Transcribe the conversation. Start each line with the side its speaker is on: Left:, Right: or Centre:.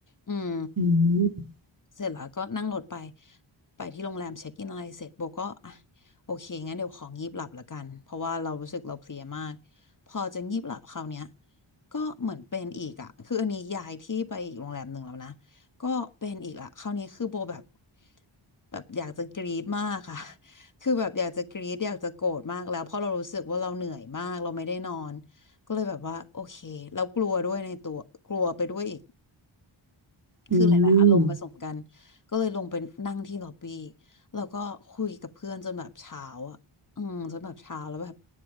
Left: อืม
Right: อืม
Left: เสร็จแล้วก็นั่งรถไปไปที่โรงแรมเช็คอินอะไรเสร็จโบก็อ่ะโอเคงั้นเดี๋ยวของงีบหลับละกันเพราะว่าเรารู้สึกเราเพลียมากพอจะงีบหลับคราวเนี้ยก็เหมือนเป็นอีกอ่ะคืออันนี้ย้ายที่ไปอีกโรงแรมหนึ่งแล้วนะก็เป็นอีกอ่ะคราวนี้คือโบแบบแบบอยากจะกรี๊ดมากค่ะ <laughs> คือแบบอยากจะกรี๊ดอยากจะโกรธมากแล้วเพราะเรารู้สึกว่าเราเหนื่อยมากเราไม่ได้นอนก็เลยแบบว่าโอเคเรากลัวด้วยในตัวกลัวไปด้วยอีก
Right: อื
Left: คือหลายๆอารมณ์ผสมกัน
Right: ม
Left: ก็เลยลงไปนั่งที่ล็อบบี้แล้วก็คุยกับเพื่อนจนแบบเช้าอ่ะอืมจนแบบเช้าแล้วแบบ